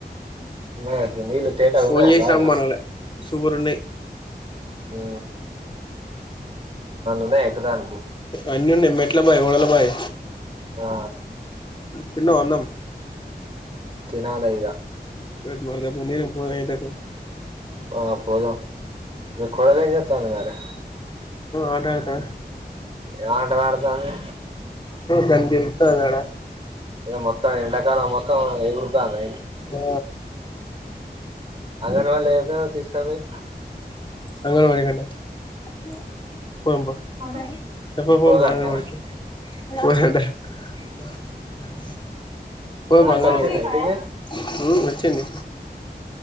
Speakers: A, on the right; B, on the left.
A: ఉన్నాయటనా నీళ్లు తేటగున్నయా
B: ఫోన్ చేసి
A: బాయిలా
B: రమ్మనాలే సూపర్ ఉన్నాయి
A: ఊ ఉన్నాయా ఎక్కుతానికి
B: అన్ని ఉన్నయ్ మెట్లబాయ్ ఓడల బాయ్
A: ఆ
B: తిన్నవా అన్నం
A: తినాలే ఇగా
B: <unintelligible> నీడకు పోదాం ఎండకు
A: ఆ పోదాం మీ కోడలు ఏం చెత్తంది మరే
B: ఆట ఆడతాను
A: ఏమ్ ఆటలు ఆడతాంది
B: దాన్ని గెలుకుతాంది ఆడ
A: ఏ మొత్తం ఎండాకాలం మొత్తం ఎగురుతందా
B: ఆ
A: అంగన్ వల్లె ఎయ్యపోయినవ్ తీసుకపోయ్
B: అంగన్ బడికంటె మా పోదాం పా
A: మమ్మీ
B: ఏ పో పోదాం
A: పోదంటనా
B: పా అంగన్ బడికి <unintelligible> పోదాం పా
A: అక్క
B: అంగన్వాడికి
A: వచ్చిందా ఇంటికి
B: ఉం వచ్చింది.